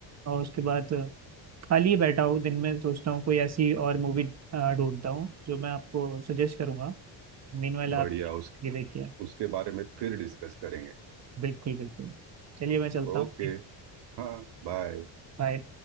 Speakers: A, on the right; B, on the right.
A: और उसके बाद खाली ही बैठा हूँ दिन में सोचता हूँ कोई ऐसी और मूवी ढूंढता हूँ जो मैं आपको सजेस्ट करूंगा मीनवाइल आप
B: बढ़िया उसके
A: ये देखिए
B: उसके बारे में फिर डिस्कस करेंगे
A: बिल्कुल बिल्कुल चलिए मैं चलता
B: ओके
A: हूँ
B: हाँ बाय
A: बाय